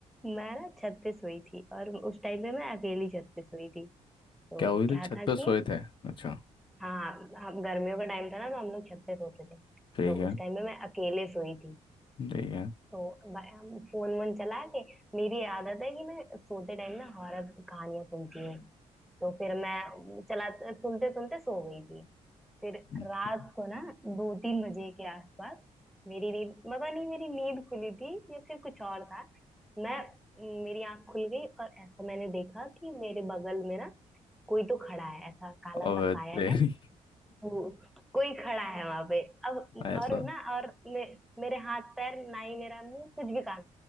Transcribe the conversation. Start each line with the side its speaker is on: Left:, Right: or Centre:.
Centre: मैं ना छत पे सोई थी और उस टाइम पे मैं अकेली छत पे सोई थी तो
Left: क्या हुई थी
Centre: क्या
Left: छत
Centre: था
Left: पे
Centre: कि
Left: सोए थे अच्छा
Centre: हाँ हम गर्मियों का टाइम था ना तो हम लोग छत पे सोते थे
Left: ठीक
Centre: तो
Left: है
Centre: उस टाइम पे मैं अकेले सोई थी
Left: ठीक है
Centre: तो ब- हम फोन वोन चला के मेरी आदत है कि मैं सोते टाइम ना हॉरर कहानियां सुनती हूँ तो फिर मैं चला सुनते सुनते सो गई थी फिर
Left: हम्म,
Centre: रात को ना दो तीन बजे के आसपास मेरी नींद पता नहीं मेरी नींद खुली थी या फिर कुछ और था मैं मेरी आंख खुल गई और ऐसा मैंने देखा कि मेरे बगल में ना कोई तो खड़ा है ऐसा काला
Left: अब
Centre: सा साया
Left: तेरी
Centre: है वो कोई खड़ा है वहां पे अब
Left: <laughs> ऐसा
Centre: और ना और मे, मेरे हाथ पैर ना ही मेरा मुंह कुछ भी काम